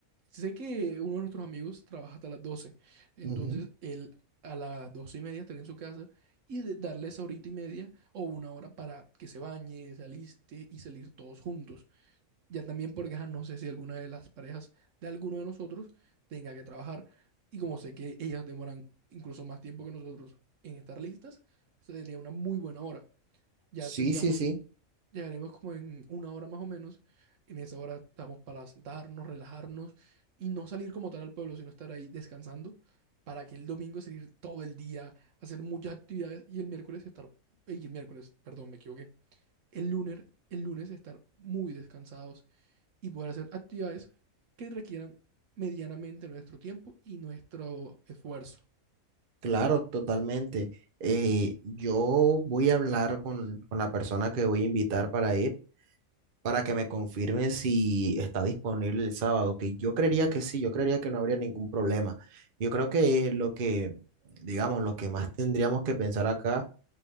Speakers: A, on the right (about 70°); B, on the right (about 45°).
A: sé que uno de nuestros amigos trabaja hasta las 12, entonces
B: Ujú.
A: él a las 12 y media estaría en su casa y de- darle esa horita y media o una hora para que se bañe, se aliste y salir todos juntos. Ya también porque ajá, no sé si alguna de las parejas de alguno de nosotros tenga que trabajar. Y como sé que ellas demoran incluso más tiempo que nosotros en estar listas, sería una muy buena hora. Ya
B: Sí,
A: tendríamos,
B: sí, sí,
A: llegaremos como en una hora más o menos. En esa hora estamos para sentarnos, relajarnos y no salir como tal al pueblo, sino estar ahí descansando para que el domingo salir todo el día, hacer muchas actividades y el miércoles estar, y el miércoles, perdón, me equivoqué. El lunes, el lunes estar muy descansados y poder hacer actividades que requieran medianamente nuestro tiempo y nuestro esfuerzo.
B: claro, totalmente. Eh, yo voy a hablar con, con la persona que voy a invitar para ir, para que me confirme si está disponible el sábado, que yo creería que sí, yo creería que no habría ningún problema. Yo creo que es lo que, digamos, lo que más tendríamos que pensar acá